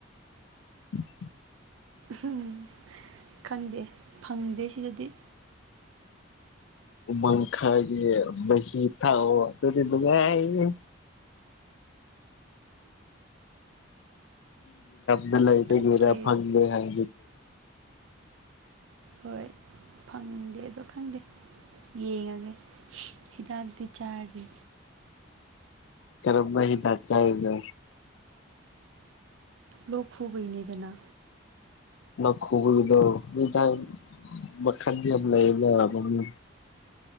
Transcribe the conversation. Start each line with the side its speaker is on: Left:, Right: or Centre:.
Left: <inaudible>
Right: ꯎꯝ ꯈꯪꯗꯦ ꯐꯪꯗꯦ ꯁꯤꯗꯗꯤ
Left: ꯎꯃꯪꯈꯥꯏꯒꯤ ꯃꯍꯤ ꯊꯥꯛꯑꯣ ꯑꯗꯨꯗꯤ ꯅꯨꯡꯉꯥꯏꯌꯦ ꯒꯤꯂꯏꯒꯦꯔ
Right: ꯊꯛꯀꯤ
Left: ꯐꯦ ꯍꯥꯏ
Right: ꯍꯣꯏ ꯐꯪꯗꯦ ꯑꯗꯣ ꯈꯪꯗꯦ ꯌꯦꯡꯉꯒ ꯍꯤꯗꯥꯛꯇꯤ ꯆꯥꯔꯤ
Left: ꯀꯔꯝꯝꯕ ꯍ ꯗꯥꯛ ꯆꯔꯗ
Right: ꯂꯣꯛ ꯈꯨꯕꯩꯅꯤꯗꯅ
Left: ꯅꯈꯣꯜꯗꯣ ꯃꯤꯇꯟ ꯃꯈꯟ ꯌꯥꯝ ꯂꯩꯅ ꯃꯃꯤ